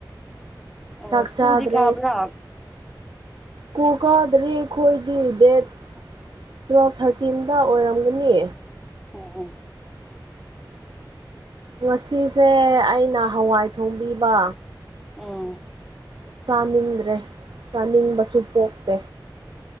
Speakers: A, in the centre; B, on the right (about 70°).
A: ꯑꯣ
B: ꯆꯥꯛ
A: ꯁ꯭ꯀꯨꯜꯗꯤ
B: ꯆꯥꯗ꯭ꯔꯦ
A: ꯀꯕ꯭ꯔꯥ
B: ꯀꯨꯜ ꯀꯥꯗ꯭ꯔꯤ ꯑꯈꯣꯏꯗꯤ ꯗꯦꯠ
A: <inaudible>
B: ꯇꯨꯋꯦꯜꯐ ꯊꯥꯔꯇꯤꯟꯗ ꯑꯣꯏꯔꯝꯒꯅꯤ
A: ꯑꯣ ꯑꯣ
B: ꯉꯁꯤꯁꯦ ꯑꯩꯅ ꯍꯋꯥꯏ ꯊꯣꯡꯕꯤꯕ
A: ꯑꯥ
B: ꯆꯥꯅꯤꯡꯗ꯭ꯔꯦ ꯆꯥꯅꯤꯡꯕꯁꯨ ꯄꯣꯛꯇꯦ